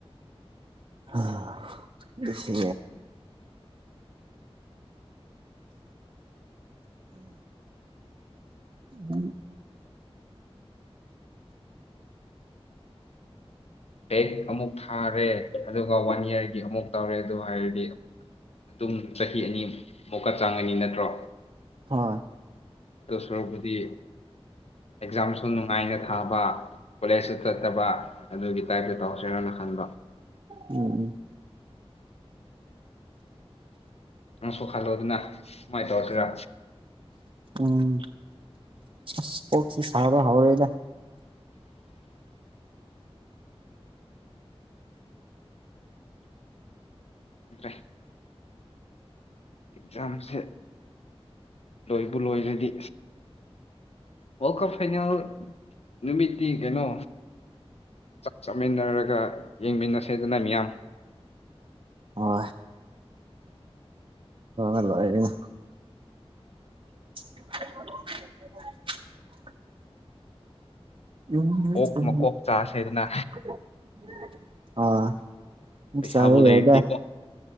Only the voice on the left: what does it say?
<inaudible> ꯕꯦꯛ ꯑꯃꯨꯛ ꯊꯥꯔꯦ ꯑꯗꯨꯒ ꯋꯥꯟ ꯏꯌꯥꯔꯒꯤ ꯑꯃꯨꯛ ꯇꯧꯔꯦ ꯑꯗꯨ ꯍꯥꯏꯔꯗꯤ ꯑꯗꯨꯝ ꯆꯍꯤ ꯑꯅꯤꯃꯨꯛꯀ ꯆꯥꯡꯉꯅꯤ ꯅꯠꯇ꯭ꯔꯣ
ꯗꯇ ꯁꯣꯔꯕꯨꯗꯤ ꯑꯦꯛꯖꯥꯝꯁꯨ ꯅꯨꯡꯉꯥꯏꯅ ꯊꯥꯕ ꯀꯣꯂꯦꯖꯇꯨ ꯆꯠꯇꯕ ꯑꯗꯨꯒꯤ ꯇꯥꯏꯞꯇ ꯇꯧꯁꯔꯣꯅ ꯈꯟꯕ
ꯅꯪ ꯁꯣꯛꯍꯜꯂꯣ ꯑꯗꯨꯅ ꯁꯨꯃꯥꯏꯅ ꯇꯧꯔꯁꯤꯔ
ꯑꯗꯨ꯭ꯔꯦ ꯑꯦꯛꯖꯥꯝꯁꯦ ꯂꯣꯏꯕꯨ ꯂꯣꯏꯔꯗꯤ ꯋꯥꯔꯜ ꯀꯞ ꯐꯥꯏꯅꯦꯜ ꯅꯨꯃꯤꯠꯇꯤ ꯀꯩꯅꯣ ꯆꯥꯛ ꯆꯠꯃꯤꯟꯅꯔꯒ ꯌꯦꯡꯃꯤꯟꯅꯁꯦꯗꯅ ꯃꯤꯌꯥꯝ
ꯑꯣꯛ
ꯃꯀꯣꯛ ꯆꯥꯁꯦꯗꯅ
ꯄꯩꯁꯥꯕꯨ ꯂꯩꯔꯗꯤꯀꯣ